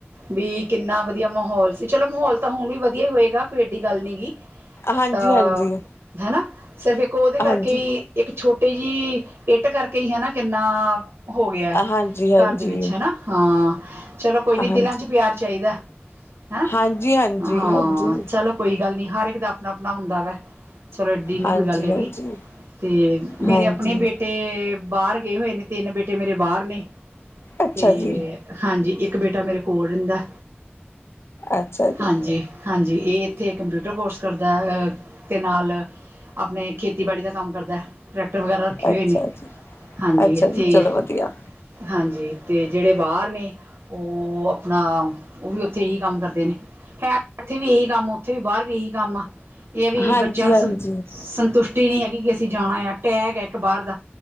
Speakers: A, on the right (about 85°); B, on the left (about 80°).
A: ਬੀ ਕਿੰਨਾ ਵਧੀਆ ਮਾਹੌਲ ਸ ਤੇ ਚਲੋ ਮਾਹੌਲ ਤਾਂ ਹੁਨ ਵੀ ਵਧੀਆ ਹੀ ਹੋਏਗਾ ਕੋਈ ਐਡੀ ਗੱਲ ਨਹੀਂ ਗੀ
B: ਹਾਂਜੀ
A: ਤਾਂ,
B: ਹਾਂਜੀ ਹਾਂਜੀ
A: ਹੇਨਾ ਸਿਰਫ ਇੱਕ ਉਹਦੇ ਕਰਕੇ
B: ਹਾਂਜੀ
A: ਹੀ ਇੱਕ ਛੋਟੀ ਜਿਹੀ ਇੱਟ ਕਰਕੇ ਹੀ ਹਨਾ ਕਿੰਨਾ ਹੋ ਗਿਆਂ
B: ਹਾਂਜੀ ਹਾਂਜੀ
A: ਘਰ ਦੇ ਵਿੱਚ ਹੇਨਾ ਹਾਂ। ਚਲੋ ਕੋਈ ਨੀ
B: ਹਾਂਜੀ
A: ਦਿਲਾਂ ਚ ਪਿਆਰ
B: ਹਾਂਜੀ
A: ਚਾਹੀਦਾ ਐ,
B: ਹਾਂਜੀ
A: ਹਾਂ ਚਲੋ ਕੋਈ ਗੱਲ ਨਹੀਂ। ਹਰ ਇੱਕ ਦਾ ਆਪਣਾ ਆਪਣਾ ਹੁੰਦਾ ਵੇ, ਚਲੋ ਏਡੀ ਨੀ
B: ਹਾਂਜੀ
A: ਕੋਈ ਗੱਲ ਹੈਗੀ।
B: ਹਾਂਜੀ
A: ਤੇ
B: ਹਾਂਜੀ
A: ਮੇਰੇ ਆਪਨੇ ਬੇਟੇ ਬਾਹਰ ਗਏ ਹੋਏ ਨੇ, ਤੇਨ ਬੇਟੇ ਮੇਰੇ ਬਾਹਰ ਨੇ।
B: ਅੱਛਾ
A: ਤੇ
B: ਜੀ
A: ਹਾਂਜੀ ਇੱਕ ਬੇਟਾ ਮੇਰੇ ਕੋਲ ਰਹਿੰਦਾ।
B: ਅੱਛਾ ਜੀ।
A: ਹਾਂਜੀ ਹਾਂਜੀ, ਇਹ ਇੱਥੇ ਕੰਪਿਊਟਰ ਕੋਰਸ ਕਰਦਾ, ਅਤੇ ਨਾਲ ਆਪਣੇ ਖੇਤੀਬਾੜੀ ਦਾ ਕੰਮ ਕਰਦਾ ਟਰੈਕਟਰ ਵਗੈਰਾ ਰੱਖੇ
B: ਅੱਛਾ
A: ਹੋਏ ਨੇ,
B: ਜੀ
A: ਹਾਂਜੀ
B: ਅੱਛਾ
A: ਇਥੇ
B: ਜੀ ਚਲੋ
A: ਹੈ
B: ਵਧੀਆ
A: ਹਾਂਜੀ ਅਤੇ ਜਿਹੜੇ ਬਾਹਰ ਨੇ, ਉਹ ਆਪਣਾ ਉਹ ਵੀ ਉੱਥੇ ਹੀ ਕੰਮ ਕਰਦੇ ਨੇ। ਹੈਂ ਇੱਥੇ ਵੀ ਇਹੀ ਕੰਮ ਉੱਥੇ ਵੀ ਬਾਹਰ ਵੀ ਇਹੀ ਕੰਮ ਆ ਇਹ ਵੀ
B: ਹਾਂਜੀ
A: ਬੱਚਿਆਂ ਨੂੰ
B: ਹਾਂਜੀ
A: ਸੰ ਸੰਤੁਸ਼ਟੀ ਨਹੀਂ ਹੈਗੀ ਕਿ ਜਾਣਾ ਆ ਟੈਗ ਏ ਇੱਕ ਬਾਹਰ ਦਾ